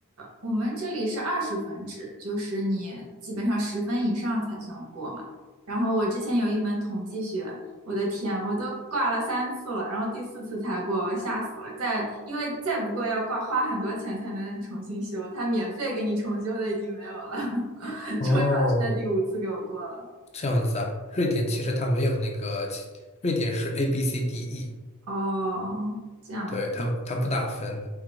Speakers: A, on the right; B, on the left.
A: 我们这里是二十分制，就是你基本上十分以上才算过嘛。然后我之前有一门统计学，我的天，我都挂了三次了，然后第四次才过，我吓死了。再因为再不过要挂花很多钱才能重新修，他免费给你重修的已经没有了。<laughs>
B: 哦，
A: 终于老师在第五次给我过了。
B: 这样子啊，瑞典其实它没有那个，其瑞典是 A B C D E，
A: 哦，这样子。
B: 对，它它不打分。